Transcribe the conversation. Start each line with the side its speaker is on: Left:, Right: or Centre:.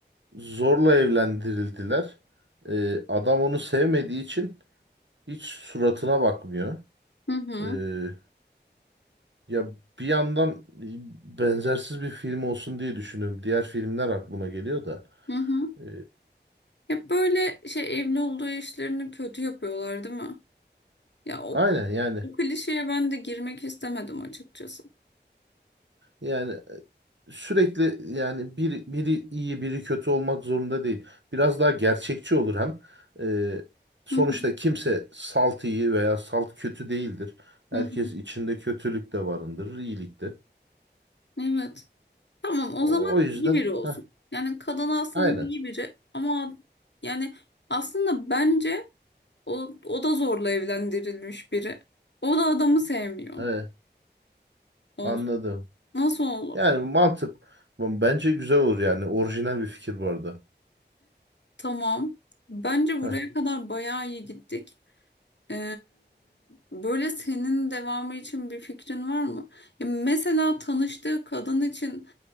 Right: zorla evlendirildiler. E, adam onu sevmediği için hiç suratına bakmıyor.
Left: Hı hı,
Right: E, ya bir yandan e, benzersiz bir film olsun diye düşünüyorum. Diğer filmler aklıma geliyor da.
Left: hı hı.
Right: E,
Left: Hep böyle şey evli olduğu eşlerini kötü yapıyorlar, değil mi? Ya o,
Right: aynen yani
Left: o klişeye ben de girmek istemedim açıkçası.
Right: Yani e, sürekli yani bir, biri iyi biri kötü olmak zorunda değil. Biraz daha gerçekçi olur hem. E, sonuçta
Left: Hı hı,
Right: kimse salt iyi veya salt kötü değildir. Herkes
Left: hı hı.
Right: içinde kötülük de barındırır, iyilik de.
Left: Evet. Tamam o
Right: O,
Left: zaman
Right: o yüzden
Left: iyi biri olsun.
Right: heh,
Left: Yani kadın aslında
Right: aynen.
Left: iyi biri ama yani aslında bence o, o da zorla evlendirilmiş biri. O da adamı sevmiyor.
Right: Evet,
Left: O,
Right: anladım.
Left: nasıl olur?
Right: Yani mantık bence güzel olur yani. Orijinal bir fikir bu arada.
Left: Tamam. Bence buraya
Right: Heh.
Left: kadar bayağı iyi gittik. Ee, böyle senin devamı için bir fikrin var mı? Ya mesela tanıştığı kadın için